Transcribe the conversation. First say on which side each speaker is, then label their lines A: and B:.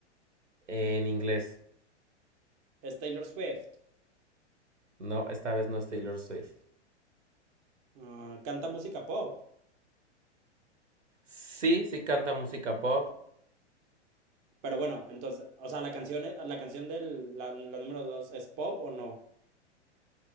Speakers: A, on the right (about 90°); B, on the right (about 25°).
A: en inglés.
B: Es Taylor Swift.
A: No, esta vez no es Taylor Swift.
B: Ah, ¿canta música pop?
A: Sí, sí canta música pop.
B: Pero bueno, entonces, o sea, la canción, es- la canción de la, la número dos es pop o no.